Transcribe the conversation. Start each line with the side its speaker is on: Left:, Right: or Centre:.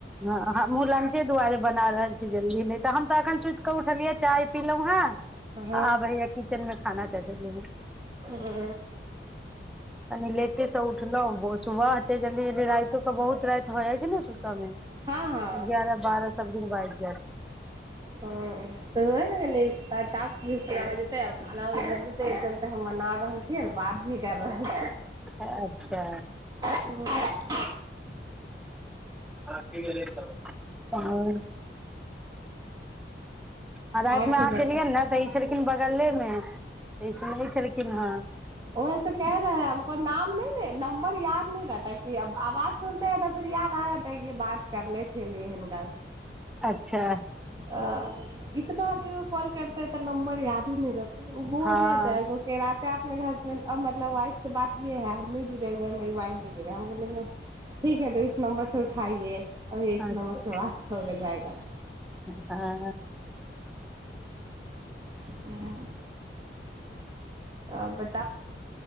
Centre: हँ हमूँ लंचे दुआरे बना रहल छी जल्दी नहि तऽ हम तऽ एखन सुति कऽ उठलियै चाय पीलहुँ हेँ
Right: हँ
Centre: आ भैया किचन में खाना ल-
Right: हँ
Centre: कनि लेटे सँ उठलहुँ भोरे सुबह हते जल्दी जल्दी राति के बहुत राति भ जाइ छै ने सुतऽ मे
Right: हँ हँ
Centre: एगारह बारह सब दिन बाजि जायत
Right: ह तसै ने कनी त टॉक्स भी पुरा भ जतेय आर खाना भ भेत चलते हम मना रहल छी आर बात भी कर रहल छी
Centre: अच्छा
Right: ह <inaudible>
Centre: अहाँ की हुँ आ रातिमे
Right: आओर सब
Centre: अहाँकेलियै
Right: बताउ
Centre: ने तऽ ई छलखिन बगलेमे इ सुनबे केलखिन हन
Right: ओ ऐसे क रहे है हमको नाम नहि दे नंबर याद न रहता कि आवाज सुनते हैं तऽ फिर याद आ जेतेै कि बात करले छियै हिनकास
Centre: अच्छा
Right: आ इतना दिन कॉल क करते हैं तऽ नबर यादे नहि रहता उ बोल
Centre: हँ
Right: रहेै मेरे हसबैंड अब मतलब वाइफ से बात किये हैं य हम भी जुड़े हए ह मेरी वाइफ भ जुड़े ह हम बोले ठीक है तो इस नम्बर से उठाइए अभी इस
Centre: अच्छा
Right: नम्बर से बात हो जाएगा
Centre: एं हें हें
Right: हं आब ब